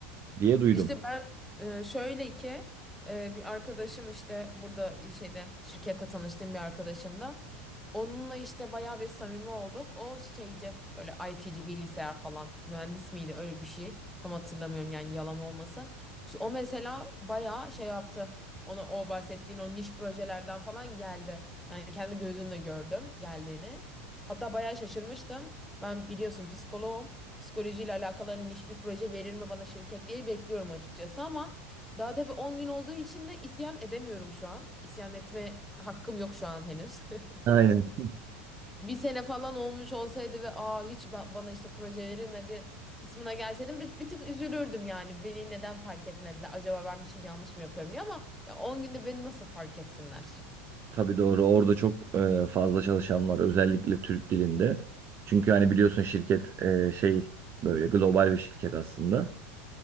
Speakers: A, on the right; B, in the centre.
A: diye duydum.
B: İşte ben e, şöyle ki e, bir arkadaşım işte burada şeyde şirkette tanıştığım bir arkadaşımla Onunla işte bayağı bir samimi olduk. O şeyci böyle IT'ci bilgisayar falan mühendis miydi öyle bir şey. Tam hatırlamıyorum yani yalan olmasın. Şu, o mesela bayağı şey yaptı. Ona o bahsettiğin o niş projelerden falan geldi. Yani kendi gözümle gördüm geldiğini. Hatta bayağı şaşırmıştım. Ben biliyorsun psikoloğum. Psikolojiyle alakalı hani niş bir proje verir mi bana şirket diye bekliyorum açıkçası ama daha tabii 10 gün olduğu için de isyan edemiyorum şu an. İsyan etme hakkım yok şu an henüz.
A: Aynen.
B: <laughs> bir sene falan olmuş olsaydı ve aa hiç ba- bana işte proje verilmedi kısmına gelseydim bir, bir tık üzülürdüm yani. Beni neden fark etmediler? Acaba ben bir şey yanlış mı yapıyorum diye ama ya 10 günde beni nasıl fark etsinler?
A: Tabii doğru. Orada çok e, fazla çalışan var. Özellikle Türk dilinde. Çünkü hani biliyorsun şirket e, şey böyle global bir şirket aslında.